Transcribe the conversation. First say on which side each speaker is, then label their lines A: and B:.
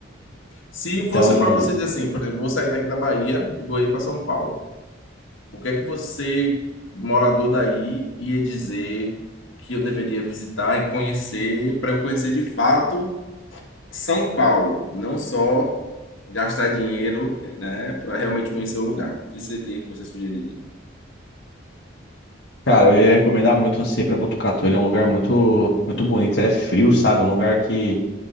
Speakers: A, on the left; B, on the left.
A: Se
B: Então,
A: fosse para você dizer assim, por exemplo, vou sair daqui da Bahia e vou ir para São Paulo. O que é que você, morador daí, ia dizer que eu deveria visitar e conhecer para eu conhecer de fato São Paulo, não só gastar dinheiro, né, para realmente conhecer o lugar? O que seria que você sugeriria?
B: cara, eu ia recomendar muito você ir para Botucatu. Ele é um lugar muito, muito bonito, ele é frio, sabe? É um lugar que